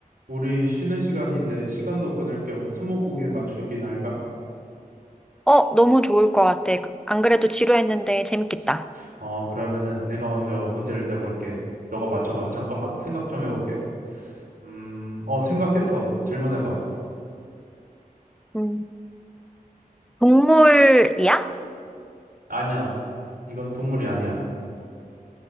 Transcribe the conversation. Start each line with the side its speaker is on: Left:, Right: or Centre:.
Right: 우리 쉬는 시간인데 시간도 보낼 겸 스무고개 맞추기 날까?
Centre: 어, 너무 좋을 것 같아. 그- 안 그래도 지루했는데 재밌겠다.
Right: 어, 그러면은 내가 먼저 문제를 내볼게. 너가 맞춰봐. 잠깐만 생각 좀 해보게. 음, 어, 생각했어. 질문해봐.
Centre: 음. 동물이야?
Right: 아니야. 이건 동물이 아니야.